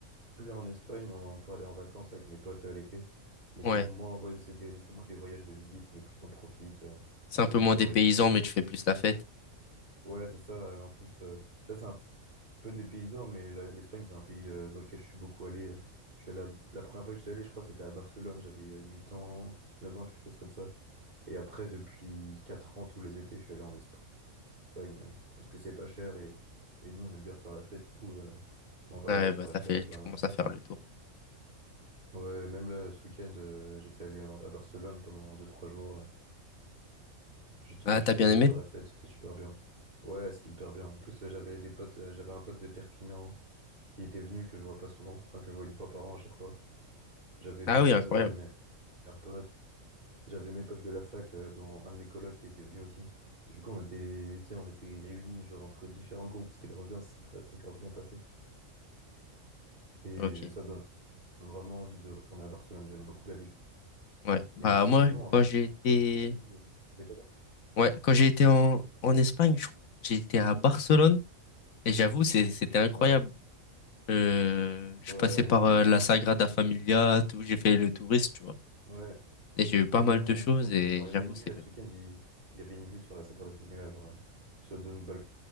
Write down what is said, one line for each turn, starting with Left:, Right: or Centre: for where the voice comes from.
Right: aller en Espagne en- pour aller en vacances avec mes potes euh, l'été. Mais c'est
Left: Ouais,
Right: moins, un voy- c'est des, c'est moins des voyages de visite, mais plus on profite, euh,
Left: c'est
Right: on fait
Left: un peu
Right: des
Left: moins
Right: soirées,
Left: des paysans,
Right: tout ça.
Left: mais tu fais plus la fête.
Right: Ouais, c'est ça. euh, En plus, euh, ça, c'est un peu des paysans, mais la- l'Espagne, c'est un pays euh, dans lequel je suis beaucoup allé. euh. Je suis allé à- la première fois que je suis allé, je crois, c'était à Barcelone. J'avais euh, 8 ans, 9 ans, quelque chose comme ça. Et après, depuis 4 ans, tous les étés, je suis allé en Espagne euh, parce que c'est pas cher et, et nous, on aime bien faire la fête. Du coup, euh, on va
Left: Ah
Right: là-bas
Left: Ouais,
Right: faire
Left: bah,
Right: la
Left: t'as
Right: fête,
Left: fait,
Right: là.
Left: tu commences à faire le tour.
Right: Ouais, même là, ce week-end, euh, j'étais allé en- à Barcelone pendant deux trois jours. ouais. J'étais,
Left: Ah,
Right: j'étais
Left: t'as bien
Right: allé
Left: aimé?
Right: faire la fête, c'était super bien. Ouais, c'était hyper bien. En plus, euh, j'avais des potes, euh, j'avais un pote de Perpignan qui était venu, que je vois pas souvent, enfin que je vois une fois par an à chaque fois. J'avais
Left: Ah
Right: mon groupe
Left: oui, incroyable.
Right: de, de mes meilleurs potes. J'avais mes potes de la fac, euh, dont un de mes colocs qui était venu aussi. Du coup, on était, tu sais, on était réunis, genre, entre différents groupes. C'était grave bien, c'est très, c'est grave bien passé. Et
Left: Ok.
Right: j'ai- ça donne vraiment envie de retourner à Barcelone. J'aime beaucoup la ville.
Left: Ouais. Bah
Right: Et sinon,
Left: moi,
Right: un
Left: quand
Right: autre,
Left: j'ai été,
Right: autre pays, euh, c'est quoi
Left: ouais, quand j'ai été en, en Espagne, je- j'ai été à Barcelone et j'avoue, c'est- c'était incroyable.
Right: Ouais,
Left: Euh, je
Right: ouais,
Left: suis passé par
Right: c'est pas
Left: euh,
Right: mal.
Left: la Sagrada Familia, tout, j'ai fait le touriste, tu vois.
Right: Ouais,
Left: Et j'ai eu
Right: mais
Left: pas
Right: mon...
Left: mal de choses
Right: En plus,
Left: et
Right: mon Airbnb,
Left: j'avoue, c'est
Right: là,
Left: bien.
Right: ce week-end, il... il y avait une vue sur la Sagrada Familia, genre, euh, sur de notre balcon,